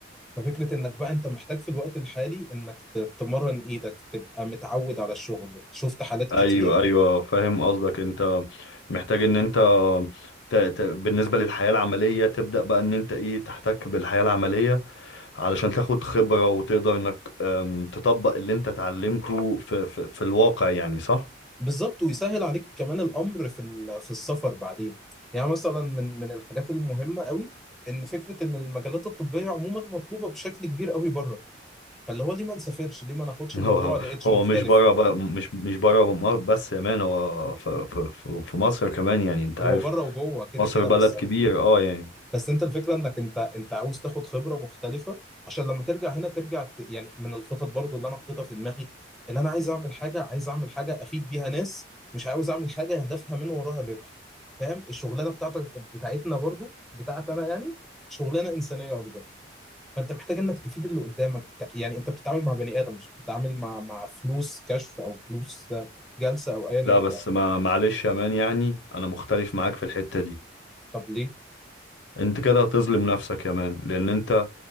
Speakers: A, in the centre; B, on the left.
A: ففكره انك بقى انت محتاج في الوقت الحالي انك ت- تمرن ايدك تبقى متعود على الشغل شفت حالات كتير
B: ايوه ايوه فاهم قصدك انت محتاج ان انت ت... ت... بالنسبة للحياة العملية تبدأ بقى ان انت ايه تحتك بالحياة العملية علشان تاخد خبرة وتقدر انك أم، تطبق اللي انت اتعلمته في... في... في الواقع يعني صح
A: بالظبط ويسهل عليك كمان الامر في ال- في السفر بعدين يعني مثلا من من الحاجات المهمه قوي ان فكره ان المجالات الطبيه عموما مطلوبه بشكل كبير قوي بره فاللي هو ليه ما نسافرش ليه ما ناخدش
B: <laughs> هو
A: الموضوع لإيدج
B: هو
A: مختلف
B: مش بره بقى مش مش بره مصر بس يا مان هو في, في, في في مصر كمان يعني انت
A: هو
B: عارف
A: بره وجوه كده
B: مصر
A: كده
B: بلد
A: بس
B: كبير اه يعني
A: بس انت الفكره انك انت انت عاوز تاخد خبره مختلفه عشان لما ترجع هنا ترجع ت... يعني من الخطط برضو اللي انا حاططها في دماغي ان انا عايز اعمل حاجه عايز اعمل حاجه افيد بيها ناس مش عاوز اعمل حاجه هدفها من وراها الربح فاهم الشغلانه بتاعتك بتاعتنا برضو بتاعت انا يعني شغلانه انسانيه اكبر فانت محتاج انك تفيد اللي قدامك ت- يعني انت بتتعامل مع بني ادم مش بتتعامل مع مع فلوس كشف او فلوس جلسه او ايا يكن
B: لا بس ما معلش يا مان يعني انا مختلف معاك في الحتة دي
A: طب ليه
B: انت كده هتظلم نفسك يا مان لان انت